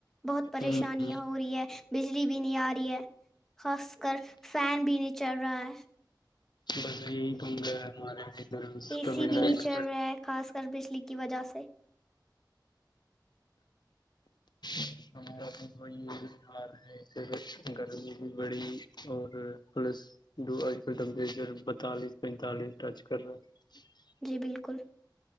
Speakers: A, in the centre; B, on the left.
A: بہت
B: ہوں
A: پریشانییاں ہو رہی ہے بجلی بھی نہیں آ رہی ہے خاص کر فین بھی نہیں چل رہا ہے
B: بس یہی توم گ ہمارے ادھر
A: اے
B: کبھی
A: سی
B: لائٹ
A: بھی نیچل
B: کٹ
A: رہا ہے خاص کر بجلی کی وجہ سے
B: سمھا اپنے کوئی <unintelligible> آ رہے وقت گرمی بھی بڑی اور پلس <unintelligible> آج کل ٹیمپریچر بتالیس پینتالیس ٹچ کر رہا <unintelligible>
A: جی بالکل